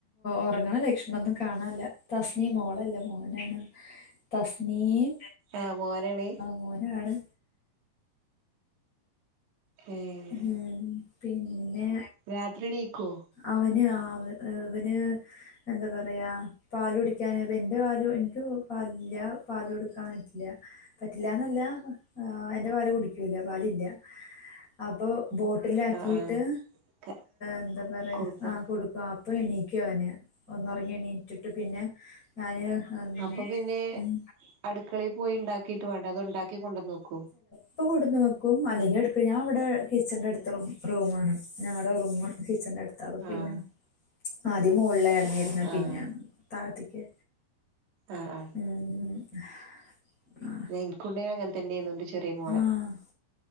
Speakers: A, on the left; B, on the right.
A: ഉറങ്ങണ ലക്ഷ്മൊന്നും കാണല്ല തസ്ണി മോളല്ല മോനെയാണ് തസ്നിം
B: ആഹ് മോനാണ്
A: മോന ആണ്
B: ഏഹ്
A: ഉം പിന്നെ
B: രാത്രി എണീക്കു വോ
A: അവന് ആ അവന് എന്താ പറയാ പാല കുടിക്കൻ എന്റെ പാല എനിക്ക് പാലില്ല പാലൊടുക്കാൻ പറ്റില്ല പറ്റില്ലന്നല്ല ആ എന്റെ പാല് കുടിക്കൂല പാല് ഇില്ല അപ്പൊ ബോട്ടില ആക്കിട്ട്
B: ആഹ് ആഹ്
A: എന്താ പറയാ
B: കൊടുക്കും
A: ആ കൊടുക്കുക ഇപ്പൊ എണീക്കുവ അവന് ഒന്നറങ്ങി എണീറ്റിട്ട് പിന്നെ ഞാന് ഉം
B: അപ്പൊ പിന്നെ
A: ഉം,
B: അടുക്കളയിൽ പോയി ഉണ്ടാക്കീട്ട് വേണ്ട അത് ഉണ്ടാക്കി കൊണ്ടുവന്ന് നോക്കൂ
A: ഇപ്പ കൊടുന്ന് വോക്കും അല്ലെങ്കിൽ എടുക്ക ഞാ ഇവിടെ കിച്ചണറെ അടുത്ത് റൂ റൂണ് ഞങ്ങളുടെ റൂം കിച്ചന്റെ അടുത്ത് അ
B: ആഹ്
A: പിന്നെ ആദ്യ മുകളുകളിൽ ഇടന്നിരുന്ന
B: ആഹ്
A: പിന്നാണ് തായതിക്ക്
B: ആഹ് ആഹ്
A: ഉം
B: എനിക്കണ്ട അങ്ങനെ തന്നെ ആതണ്ട് ചെറിയ മോളെ
A: ആഹ്